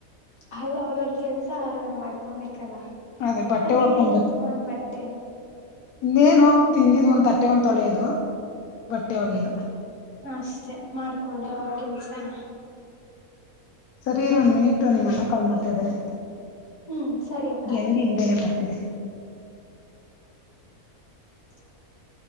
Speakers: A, on the left; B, on the left.
A: ಅಲ್ಲ ಅವ್ರವ್ರ ಕೆಲ್ಸ ಅವ್ರವರು ಮಾಡ್ಕೊಬೇಕಲ್ಲ
B: ಅದೇ ಬಟ್ಟೆ
A: ಹೋಗಿಲಿ
B: ಒಕೊಂಬೇಕು
A: ಕುೂತ್ಕೊಂಡ್ ಬಟ್
B: ಇನ್ನೇನು ತಿಂದಿದ್ ಒಂದ್ ತಟ್ಟೆ ಒಂದ್ ತೊಳೆಯೋದು ಬಟ್ಟೆ ಹೋಗಿದ
A: ಅಷ್ಟೆ ಮಾಡ್ಕೊಳಿ ಅವ್ರ ಕೆಲ್ಸನ
B: ಸರಿ ಇರ ಒಂದ್ ಮಿನಿಟ್ ನಿಮ್ಮನ್ನ ಕಾಲ್ ಮಾಡ್ತಾ ಇದಾರೆ
A: ಹ್ಮ್ ಸರಿ ಅಕ್ಕ
B: ಹೆಂಗೆ
A: ಆಯ್ತು
B: ಹಿಂದೆನೆ ಮಾಡ್ತೀನಿ
A: ಹ